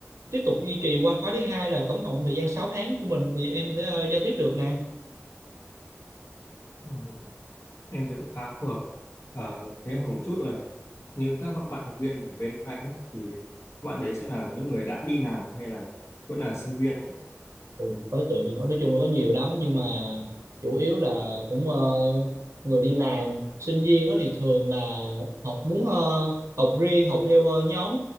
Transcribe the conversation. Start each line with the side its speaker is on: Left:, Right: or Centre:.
Right: tiếp tục duy trì qua khóa thứ hai là tổng cộng thời gian 6 tháng của mình thì em sẽ ờ, giao tiếp được nè
Left: Ừ. em thấy cũng khá phù hợp Ờ, thế em hỏi một chút là như các học bạn học viên của bên anh ấy, thì các bạn đấy sẽ là những người đã đi làm hay là vẫn là sinh viên
Right: Ừ, đối tượng thì có- nói chung là có nhiều lắm nhưng mà chủ yếu là cũng ờ, người đi làm sinh viên đó thì thường là học muốn ờ, học riêng học theo ờ, nhóm